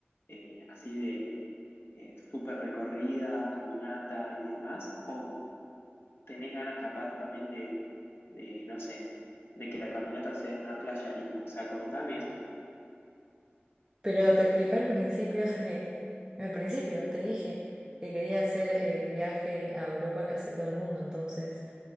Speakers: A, on the left (about 70°); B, on the right (about 20°).
A: eh, así de eh, súper recorrida, caminata y demás? ¿O tenés ganas capaz también de, de, no sé, de que la caminata sea en una playa linda? O sea, contame eso. <laughs>
B: Pero te expliqué al principio de- al principio te dije que quería hacer el viaje a Europa que hace todo el mundo, entonces